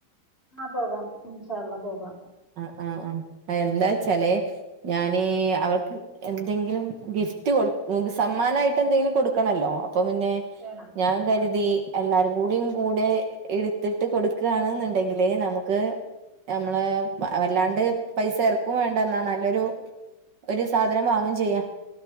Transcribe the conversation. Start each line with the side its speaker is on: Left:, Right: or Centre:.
Left: ആഹ് പോകാം ഇന്ഷാ അള്ളാ പോകാം
Right: അഹ് ആഹ് എന്താച്ചാലേ ഞാന് അവർക്ക് എന്തെങ്കിലും ഗിഫ്റ്റ് കൊടു സമ്മാനായിട്ട് എന്തെങ്കിലും കൊടുക്കണല്ലോ അപ്പൊ പിന്നെ
Left: വേണം
Right: ഞാൻ കരുതി
Left: ആഹ്
Right: എല്ലാരും കൂടിയും കൂടെ എടുത്തിട്ട് കൊടുക്കാണ് ന്ന്ണ്ടെങ്കിലെ നമുക്ക് നമ്മള് വല്ലാണ്ട് പൈസ എറക്കും വേണ്ടെന്നാ നല്ലൊരു ഒരു സാധനം വാങ്ങും ചെയ്യാ